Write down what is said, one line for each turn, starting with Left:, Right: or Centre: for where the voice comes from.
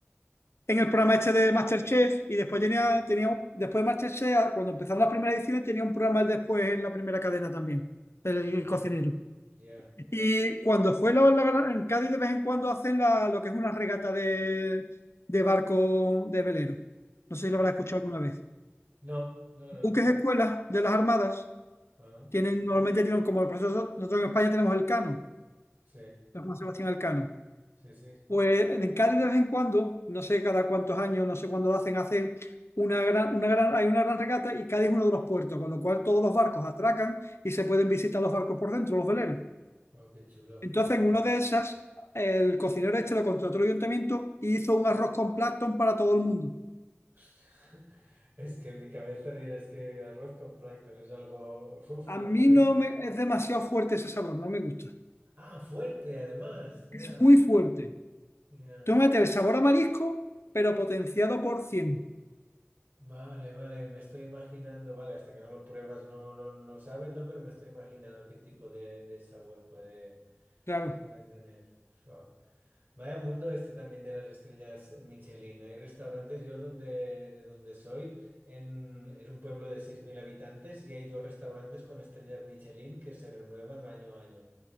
Left: en el programa este de MasterChef y después
Right: Ya.
Left: tenía, tenía, un- después de MasterChef, cuando empezaron las primeras ediciones, tenía un programa el después en la primera cadena también, el
Right: Ujú,
Left: cocinero.
Right: Ya,
Left: Y cuando fue la, la- en Cádiz de vez en cuando hacen la, lo que es una regata de, de barco de velero. No sé
Right: ya.
Left: si lo habrás escuchado alguna vez.
Right: No, no, no.
Left: Buques escuelas de las armadas
Right: Ah,
Left: tienen, normalmente tienen como el proceso, nosotros en España tenemos el Cano,
Right: sí,
Left: el Juan Sebastián Elcano.
Right: sí, sí.
Left: Pues en Cádiz de vez en cuando, no sé cada cuántos años, no sé cuándo lo hacen, hacen una gran, una gran, hay una gran regata y Cádiz es uno de los puertos, con lo cual todos los barcos atracan y se pueden visitar los barcos por dentro, los veleros.
Right: Oh, qué chulo.
Left: Entonces, en una de esas, el cocinero este lo contrató el ayuntamiento y hizo un arroz con plancton para todo el mundo.
Right: <laughs> Es que en mi cabeza dirás que arroz con plancton es algo... uf.
Left: A
Right: <laughs>
Left: mí no me, es demasiado fuerte ese sabor, no me gusta.
Right: Ah, fuerte, además. Ya,
Left: Es muy fuerte.
Right: ya.
Left: Tú Tómate el sabor a marisco, pero potenciado por cien.
Right: Vale, vale, me estoy imaginando, vale, hasta que no lo pruebas no lo no sabes, ¿no? Pero me estoy imaginando qué tipo de, de sabor puede,
Left: Claro,
Right: puede tener. Fua. Vaya mundo este también de las estrellas Michelin. Hay restaurantes, yo donde, de donde soy, en, es un pueblo de 6.000 habitantes y hay dos restaurantes con estrellas Michelin que se renuevan año a año.